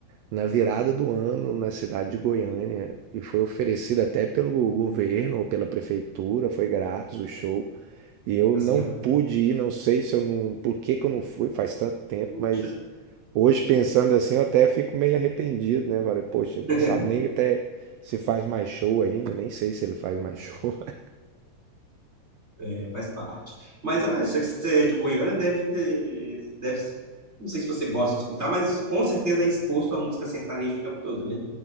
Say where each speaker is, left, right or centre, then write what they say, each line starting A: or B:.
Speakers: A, on the right (about 70°); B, on the right (about 20°).
A: na virada do ano na cidade de Goiânia
B: Olha,
A: e foi oferecido até pelo governo ou pela prefeitura, foi grátis o show. E eu
B: Assim
A: não
B: é bacana,
A: pude ir, não sei se eu não, por que que eu não fui, faz tanto tempo,
B: poxa.
A: mas hoje pensando assim, eu até fico meio arrependido, né? Falei, poxa, não
B: <laughs>
A: sabe nem até se faz mais show ainda, nem sei se ele faz mais show. <laughs>
B: É, faz parte. Mas ah, acho que você é de Goiânia, deve ter, deve, não sei se você gosta de escutar, mas com certeza é exposto à música sertaneja o tempo todo, né?